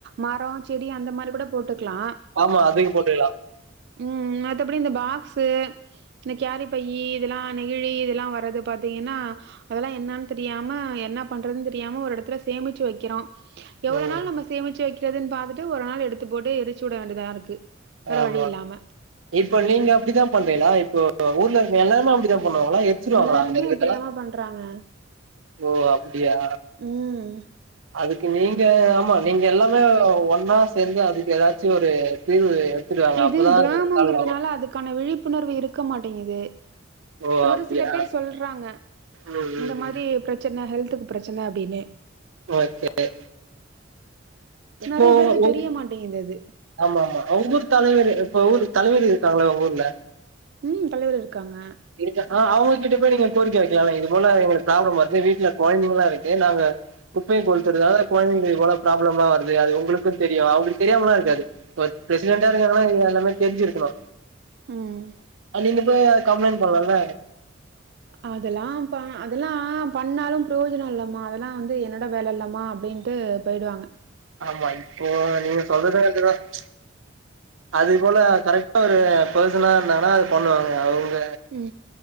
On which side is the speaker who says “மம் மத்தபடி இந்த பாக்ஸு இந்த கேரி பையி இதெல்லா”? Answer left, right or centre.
Right